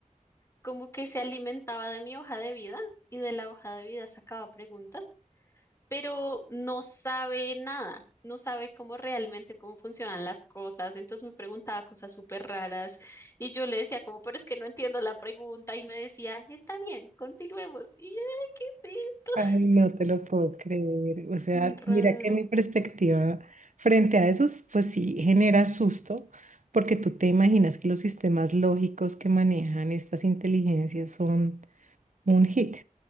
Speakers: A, on the left; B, on the right.
A: como que se alimentaba de mi hoja de vida y de la hoja de vida sacaba preguntas pero no sabe nada, no sabe cómo realmente cómo funcionan las cosas. Entonces me preguntaba cosas súper raras y yo le decía como, pero es que no entiendo la pregunta y me decía, está bien, continuemos. Y yo, "Ay, ¿qué es esto?
B: Ay,
A: <laughs>
B: no te lo puedo creer. O sea,
A: Muy raro.
B: mira que mi perspectiva frente a eso, pues sí, genera susto, porque tú te imaginas que los sistemas lógicos que manejan estas inteligencias son un hit.